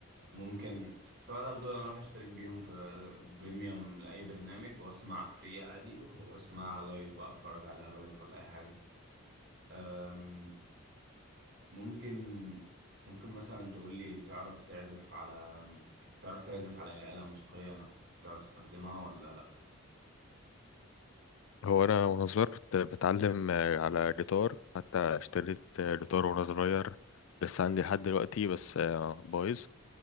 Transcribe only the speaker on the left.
هو انا وانا صغير كنت بتعلم آه، على جيتار حتى اشتريت آه، جيتار وانا صغير لسه عندي لحد دلوقتي بس آه، بايظ